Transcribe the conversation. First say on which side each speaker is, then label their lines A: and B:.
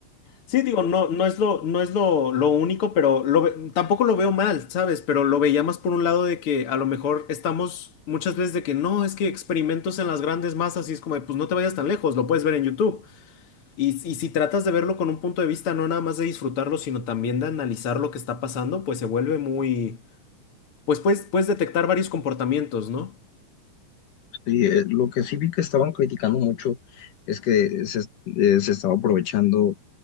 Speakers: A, on the left; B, on the left.
A: Sí, digo, no, no es lo, no es lo, lo único, pero lo, ve- tampoco lo veo mal, ¿sabes? Pero lo veía más por un lado de que a lo mejor estamos muchas veces de que no, es que experimentos en las grandes masas y es como, de, pues no te vayas tan lejos, lo puedes ver en YouTube. Y, y si tratas de verlo con un punto de vista, no nada más de disfrutarlo, sino también de analizar lo que está pasando, pues se vuelve muy, pues puedes, puedes detectar varios comportamientos, ¿no?
B: Sí, eh, lo que sí vi que estaban criticando mucho es que se, eh, se estaba aprovechando